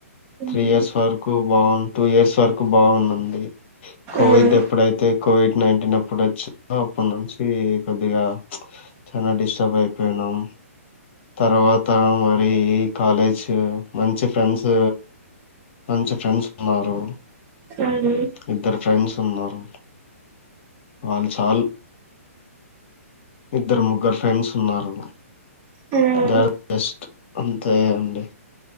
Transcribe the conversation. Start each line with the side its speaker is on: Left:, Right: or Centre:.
Right: మ్మ్
Left: త్రీ ఇయర్స్ వరకు బాగున్ టూ ఇయర్స్ వరకు బాగుందండి. కోవిడ్
Right: మ్మ్
Left: ఎప్పుడైతే కోవిడ్ నైన్టీన్ అప్పుడు వచ్చి అప్పటి నుంచి కొద్దిగా చానా డిస్టర్బ్ అయిపోయినాం. తర్వాత మరి కాలేజ్ మంచి ఫ్రెండ్స్ మంచి ఫ్రెండ్స్ ఉన్నారు.
Right: <unintelligible>
Left: ఇద్దరు ఫ్రెండ్స్ ఉన్నారు. వాల్ చాల్. ఇద్దరు ముగ్గురు ఫ్రెండ్స్ ఉన్నారు
Right: మ్మ్
Left: ద బెస్ట్ అంతే అండి.